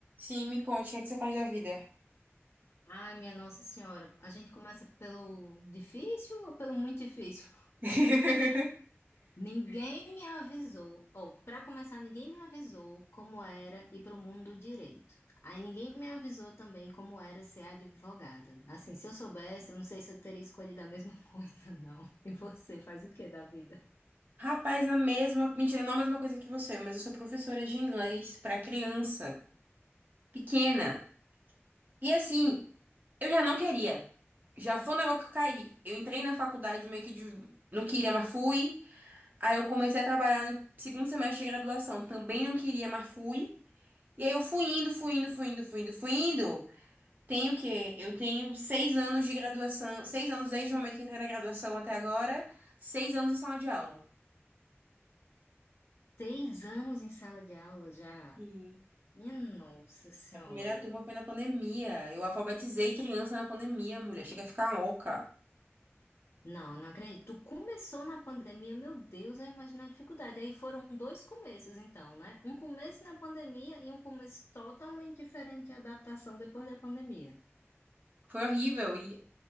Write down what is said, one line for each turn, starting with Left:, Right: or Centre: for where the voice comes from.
Right: Sim, me conte, o que é que você faz da vida?
Left: Ai, minha Nossa Senhora, a gente começa pelo difícil ou pelo muito difícil?
Right: <laughs>
Left: Ninguém me avisou, ou para começar, ninguém me avisou como era ir pro mundo do direito. Aí ninguém me avisou também como era ser advogada. Assim, se eu soubesse, eu não sei se eu teria escolhido a mesma <laughs> coisa, não. E você faz o que da vida?
Right: Rapaz, na mesma. Mentira, não a mesma coisa que você, mas eu sou professora de inglês pra criança pequena. E assim, eu já não queria. Já foi um negócio que eu caí. Eu entrei na faculdade meio que de. Não queria, mas fui. Aí eu comecei a trabalhar no segundo semestre de graduação. Também não queria, mas fui. E aí eu fui indo, fui indo, fui indo, fui indo, fui indo. Tenho o quê? Eu tenho seis anos de graduação, seis anos desde o momento que entrei na graduação até agora, seis anos em sala de aula.
Left: Seis anos em sala de aula já?
Right: E
Left: Minha Nossa Senhora.
Right: a primeira turma foi na pandemia. Eu alfabetizei criança na pandemia, mulher. Chega a ficar louca.
Left: Não, não acredito. Tu Começou na pandemia, meu Deus, eu imagino a dificuldade. Aí foram dois começos, então, né? Um começo na pandemia e um começo totalmente diferente à adaptação depois da pandemia.
Right: Foi horrível. E